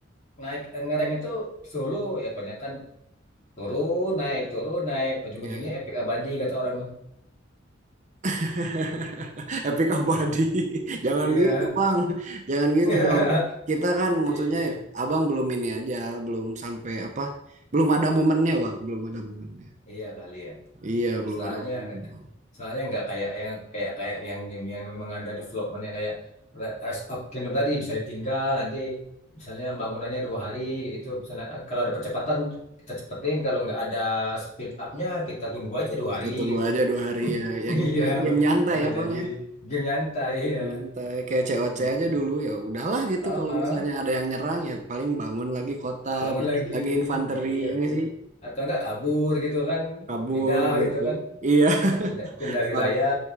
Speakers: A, on the left; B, on the right.
A: naik ngereng itu solo ya kebanyakan turun naik turun naik ujung-ujungnya
B: ya.
A: epic abadi kata orang.
B: <laughs> Epic abadi. <laughs> Jangan
A: Iya,
B: gitu, Bang. Jangan gitu
A: <laughs>
B: dong. Kita kan maksudnya
A: iya,
B: Abang belum ini aja, belum sampai apa? Belum ada momennya, Bang. Belum ada momennya.
A: iya kali ya.
B: Iya, belum
A: Soalnya
B: ada momennya, Bang.
A: Soalnya nggak kayak yang kayak kayak yang game yang memang ada developmentnya kayak Rise of Kingdom tadi bisa ditinggal nanti misalnya bangunannya dua hari kayak gitu misalnya eh, kalau ada percepatan kita cepetin kalau nggak ada speed upnya kita tunggu aja dua
B: Kita
A: hari
B: tunggu
A: gitu
B: aja dua hari ya.
A: <laughs>
B: Ya gitu,
A: iya
B: game
A: ba-
B: nyantai
A: baru
B: ya,
A: jadi
B: Bang ya.
A: game nyantai
B: Game
A: ya
B: nyantai kayak COC
A: Mm-mm.
B: aja dulu ya. Udahlah gitu
A: Uh-uh.
B: kalau misalnya ada yang nyerang ya paling bangun lagi kota,
A: bangun
B: bikin
A: lagi
B: lagi infanteri
A: iya
B: ya
A: bikin
B: nggak sih?
A: atau nggak kabur gitu kan
B: Kabur
A: pindah
B: gitu.
A: gitu kan
B: Iya.
A: Ya, pindah pindah
B: <laughs>
A: wilayah